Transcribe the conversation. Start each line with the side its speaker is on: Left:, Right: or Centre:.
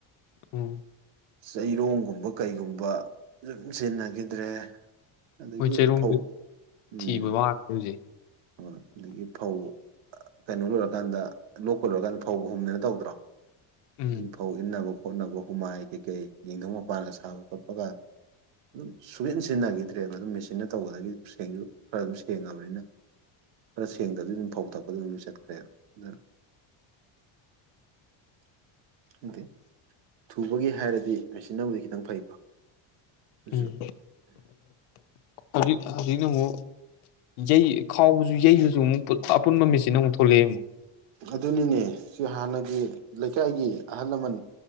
Left: ꯎꯝ
Right: ꯆꯩꯔꯣꯡꯒꯨꯝꯕ ꯀꯩꯒꯨꯝꯕ ꯑꯗꯨꯝ ꯁꯤꯖꯤꯟꯅꯈꯤꯗ꯭ꯔꯦ ꯑꯗꯒꯤ
Left: ꯃꯣꯏ ꯆꯩꯔꯣꯡꯗ
Right: ꯐꯧ ꯎꯝ
Left: ꯊꯤꯕ ꯋꯥꯈ꯭ꯔꯦ ꯍꯧꯖꯤꯛ
Right: ꯍ ꯑꯗꯒꯤ ꯐꯧ ꯀꯩꯅꯣ ꯂꯣꯏꯔꯀꯥꯟꯗ ꯂꯣꯛꯄ ꯂꯣꯏꯔꯀꯥꯟꯗ ꯐꯧ ꯍꯨꯝꯗꯅ ꯇꯧꯗ꯭ꯔꯣ
Left: ꯎꯝ
Right: ꯑꯗꯨꯒꯤ ꯐꯧ ꯏꯟꯅꯕꯣ ꯍꯣꯠꯅꯕ ꯍꯨꯃꯥꯏ ꯀꯩꯀꯩ ꯌꯦꯡꯊꯧ ꯃꯄꯥꯟꯒ ꯁꯥꯕ ꯈꯣꯠꯄꯒꯗꯣ ꯑꯗꯨꯝ ꯁꯨꯟ ꯁꯤꯖꯤꯟꯅꯈꯤꯗ꯭ꯔꯦꯕ ꯑꯗꯨꯝ ꯃꯦꯆꯤꯟꯅ ꯇꯧꯕꯗꯒꯤ ꯈꯔ ꯑꯗꯨꯝ ꯁꯦꯡꯉꯕꯅꯤꯅ ꯈꯔ ꯁꯦꯡꯗꯕꯗꯤ ꯑꯗꯨꯝ ꯐꯧ ꯊꯛꯄꯗ ꯑꯗꯨꯝ ꯂꯣꯏ ꯆꯠꯈ꯭ꯔꯦꯕ ꯑꯗꯨꯅ ꯑꯗꯤ ꯊꯨꯕꯒꯤ ꯍꯥꯏꯔꯗꯤ ꯃꯦꯆꯤꯟꯅꯕꯨꯗꯤ ꯈꯤꯇꯪ ꯐꯩꯀꯣ ꯑꯗꯨꯁꯨ
Left: ꯎꯝ ꯑꯗꯨ ꯍꯧꯖꯤꯛꯅ ꯑꯃꯨꯛ ꯌꯩ ꯈꯥꯎꯕꯁꯨ ꯌꯩꯗꯨꯁꯨ ꯑꯃꯨꯛ ꯑꯄꯨꯟꯕ ꯃꯤꯠꯁꯤꯅ ꯑꯃꯨꯛ ꯊꯣꯛꯂꯛꯑꯦ ꯑꯃꯨꯛ
Right: ꯑꯗꯨꯅꯤꯅꯦ ꯁꯤ ꯍꯥꯟꯅꯒꯤ ꯂꯩꯀꯥꯏꯒꯤ ꯑꯍꯜ ꯂꯃꯟ